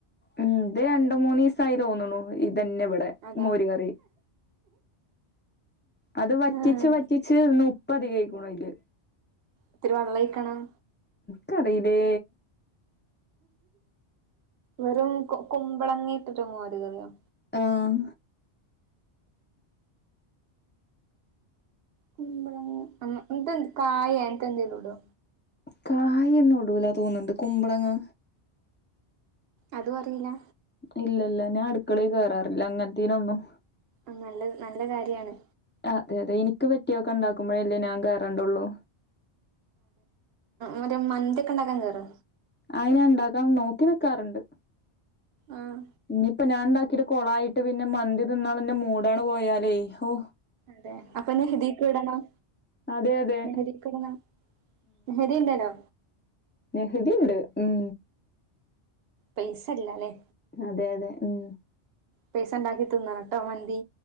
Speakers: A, on the left; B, on the right.
A: ഉം ഇത് രണ്ട് മൂന്ന് ദിവസായി തോന്ന് ണ് ഇതന്നെ ഇവിടെ
B: അതാ
A: മോര് കറി അത് വറ്റിച്ച്
B: ആഹ്
A: വറ്റിച്ച് ഇന്ന് ഉപ്പ് അധികൈക്കുണ് അയ്ല്
B: ത്തിരി വെള്ളം ഒഴിക്കണം
A: ക്ക്റിയില്ലേ
B: വെറും കു കുമ്പളങ്ങിട്ടിട്ട് മോര് കറിയോ?
A: ആഹ്
B: കുമ്പളങ്ങ ആ എന്ത് കായ അങ്ങനത്തെ എന്തങ്കിലും ഇടോ
A: കായ്ന്നുടൂല തോന്ന്ണ്ട് കുമ്പളങ്ങ
B: അതുവറിയില്ല
A: ഇല്ലല്ല ഞാ അടുക്കളേ കേറാറില്ല അങ്ങൻത്തേനൊന്നും
B: ആഹ് നല്ല നല്ല കാര്യാണ്
A: ആഹ്തെയതെ എനിക്ക് പറ്റിയൊക്കെണ്ടാക്കുമ്പോഴല്ലേ ഞാൻ കേറാണ്ടൊള്ളൂ
B: അതെ മന്തി ഒക്കെണ്ടാക്കാൻ കേറോ
A: അത് ഞാണ്ടാക്കാം നോക്കി നിക്കാറുണ്ട്
B: ആഹ്
A: ഇനീപ്പോ ഞാണ്ടാക്കിട്ട- കൊളായിട്ട് പിന്നെ മന്തി തിന്നാന്ള്ളന്റെ മൂടാണ് പോയാലേ ഹൊ
B: അതെ അപ്പൊന്നെ ഹിദക്ക് ഇടണം
A: അതെ അതെ
B: മെഹന്തിഒക്കെ ഇടുന്ന മെഹന്ദി ഉണ്ടല്ലോ
A: നെഹതിണ്ട് ഉം
B: പൈസല്ല അലേ
A: അതെയതെ ഉം
B: പൈസണ്ടാക്കി തിന്നണട്ടോ മന്തി